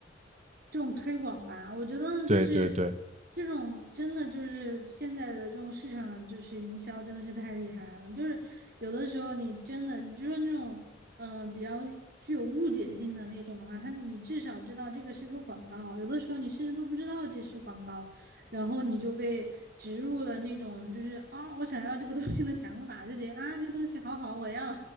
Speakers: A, on the right; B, on the right.
A: 这种推广吧，我觉得就是
B: 对对对。
A: 这种真的就是现在的这种市场就是营销真的是太厉害了，就是有的时候你真的你就说那种嗯、呃比较具有误解性的那种的话，它你至少知道这个是个广告，有的时候你甚至都不知道这是广告，然后你就被植入了那种就是啊、我想要这个东西的想法，就觉得啊这东西好好，我要